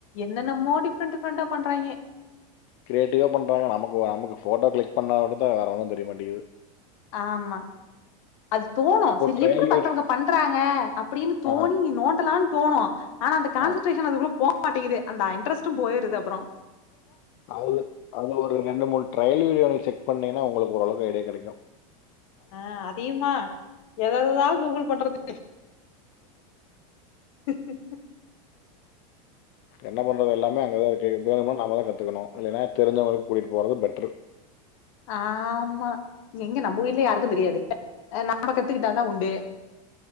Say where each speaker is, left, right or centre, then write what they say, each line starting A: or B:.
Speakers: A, on the left; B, on the left.
A: என்னென்னமோ டிஃப்ரெண்ட் டிஃப்ரெண்டா பண்றாய்ங்க
B: கிரியேட்டிவா பண்றாங்க நமக்கு நமக்கு ஃபோட்டோ கிளிக் பண்ணா விடத்தா வேற ஒன்னு தெரியமாட்டேங்குது
A: ஆமா அது தோணு சரி
B: ட்ரையல்
A: எப்டி மத்தவங்க
B: வீடியோ
A: பண்றாங்க அப்டின்னு தோணி
B: ஆ.
A: நோண்டலானு தோணு ஆனா அந்த கான்ஷன்ட்ரேஷன்
B: ஆ.
A: அதுக்குள்ள போ மாட்டேங்குது அந்த இன்டரெஸ்ட்டும் போயிருது அப்புற
B: அது அது ஒரு ரெண்டு மூணு ட்ரையல் வீடியோ நீ செக் பண்ணீங்கன்னா உங்களுக்கு ஓரளவுக்கு ஐடியா கெடைக்கு
A: ஆ அதையுமா எத எததா கூகுள் பண்றது ஹ் ஹ் ஹ்
B: என்ன பண்றது எல்லாமே அங்கதா <unintelligible> நாமதா கத்துக்கணு இல்லேன்னா தெரிஞ்சவங்கள கூட்டிட்டு போறது பெட்ரு
A: ஆமா எங்க நம்போ வீட்ல யாருக்கு தெரியாது ஆ நாம கத்துக்கிட்டாதா உண்டு